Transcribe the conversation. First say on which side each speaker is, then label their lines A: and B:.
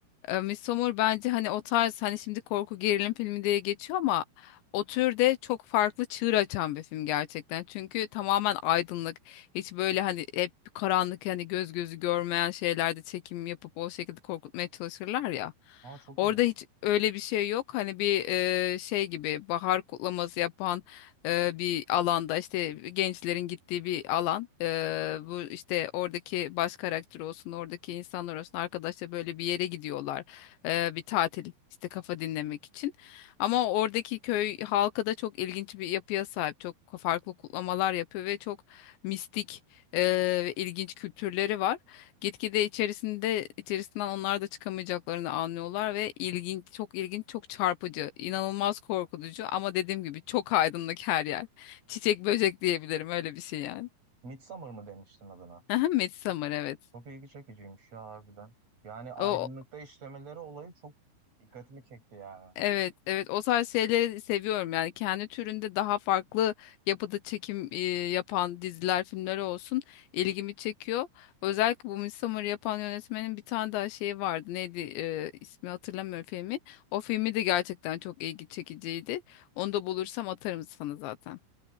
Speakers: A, on the left; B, on the right.
A: E, Midsommar bence hani o tarz hani şimdi korku gerilim filmi diye geçiyor ama o türde çok farklı çığır açan bir film gerçekten. Çünkü tamamen aydınlık. Hiç böyle hani hep karanlık hani göz gözü görmeyen şeylerde çekim yapıp o şekilde korkutmaya çalışırlar ya.
B: ama çok
A: Orada
B: ilginç.
A: hiç öyle bir şey yok. Hani bir e, şey gibi bahar kutlaması yapan e, bir alanda işte gençlerin gittiği bir alan. E, bu işte oradaki baş karakter olsun, oradaki insanlar olsun, arkadaşlar böyle bir yere gidiyorlar. E, bir tatil işte kafa dinlemek için. Ama oradaki köy halkı da çok ilginç bir yapıya sahip. Çok farklı kutlamalar yapıyor ve çok mistik e, ve ilginç kültürleri var. Gitgide içerisinde içerisinden onlar da çıkamayacaklarını anlıyorlar ve ilginç, çok ilginç, çok çarpıcı, inanılmaz korkutucu ama dediğim gibi çok aydınlık her yer. Çiçek böcek diyebilirim öyle bir şey yani.
B: Midsommar mı demiştin adına?
A: Aha, Midsommar evet.
B: Çok ilgi çekiciymiş ya harbiden. Yani aydınlıkta
A: O
B: işlemeleri olayı çok dikkatimi çekti yani.
A: Evet, evet o tarz şeyleri seviyorum yani kendi türünde daha farklı yapıda çekim e, yapan diziler, filmler olsun ilgimi çekiyor. Özellikle bu Midsommar'ı yapan yönetmenin bir tane daha şeyi vardı. Neydi e, ismi hatırlamıyorum filmi. O filmi de gerçekten çok ilgi çekiciydi. Onu da bulursam atarım sana zaten.